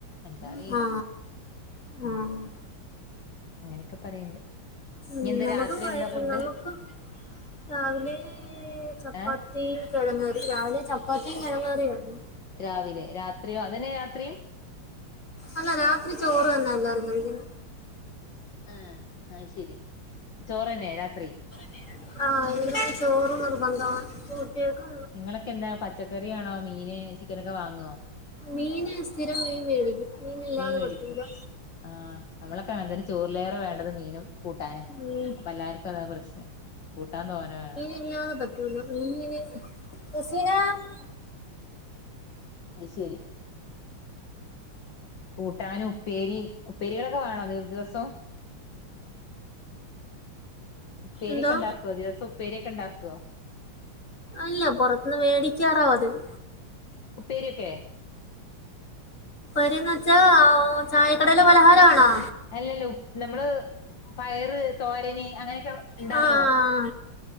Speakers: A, on the left (about 60°); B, on the left (about 35°).
A: എന്താ അറീല.
B: ആ ആ
A: ഉം
B: ആ
A: അങ്ങനൊക്കെ പറയ്ണ്ട്.
B: ഉം
A: ഇനി എന്താ
B: നമുക്കും
A: രാത്രി
B: കൊയൽ
A: എന്താ ഫുഡ്
B: വെള്ളൊക്കെ. രാവിലെ ചപ്പാത്തിം,
A: ഏഹ്
B: കെഴങ്ങ്കറി. രാവിലെ ചപ്പാത്തീം, കെഴങ്ങ്കറേർന്നു.
A: രാവിലെ, രാത്രോ? അതന്നെ രാത്രിം.
B: അല്ല, രാത്രി ചോറ് തന്നാ എല്ലാരും കഴിക്കുന്നെ.
A: ആഹ് അത് ശെരി ചോറെന്നെ രാ-
B: ത്രി ആഹ്, ഇവിടെ പിന്നെ ചോറ് നിർബന്ധാണ്. കുട്യേൾക്കും.
A: ഇങ്ങളൊക്കെ എന്താ? പച്ചക്കറിയാണോ, മീന്, ചിക്കനൊക്കെ വാങ്ങോ?
B: മീന് സ്ഥിരമായും മേടിക്കും. മീനില്ലാതെ
A: മീൻ മേടിക്കും,
B: പറ്റൂല
A: ആഹ് നമ്മളൊക്കെ അങ്ങൻതന്നെ ചോറിലേറെ വേണ്ടത് മീനും, കൂട്ടാനാ,
B: ഉം
A: അപ്പോ എല്ലാർക്കും അതാ പ്രശ്നം കൂട്ടാൻ തോനെ വേണം.
B: ഇല്ലാതെ. <unintelligible>
A: അത് ശെരി. കൂട്ടാന്, ഉപ്പേരി ഉപ്പേരികളൊക്കെ വേണോ ദിവസം. ഉപ്പേരി
B: എന്തോ
A: ഒക്കെ ഇണ്ടാക്കോ? ദിവസോം ഉപ്പേരി ഒക്കെ ഇണ്ടാക്കോ?
B: അല്ല പൊത്ത്ന്ന് മേടിക്കാറാ പതിവ്.
A: ഉപ്പേരിയൊക്കെ.
B: അത്ന്ന് വെച്ചാ ചായക്കടയിലെ പലഹാരാണോ?
A: ഇല്ലല്ല, നമ്മള്- പയറ്തോരന്, അങ്ങനെയൊക്കെ ഉണ്ടാക്കുവോ?
B: ആഹ്